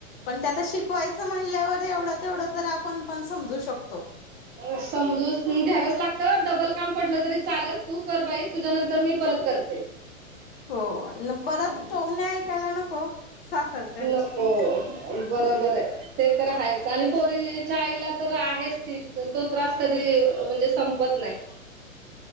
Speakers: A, on the left (about 45°); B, on the right (about 25°).
A: पण त्याता शिकवायचं म्हणल्यावर एवढं तेवढं तर आपण पण समजू शकतो.
B: हो समजू तेन घ्यावंच लागतं डबल काम पडलं तरी चालत. तू कर बाई तुझ्या नंतर मी परत करते.
A: हो परत टोमने ऐकायला नको सासरच्यांची,
B: नको बरोबर आहे, ते तर हायच आणि पोरीच्या आईला तर आहेच ती तो त्रास कधी म्हणजे संप, पत नाही,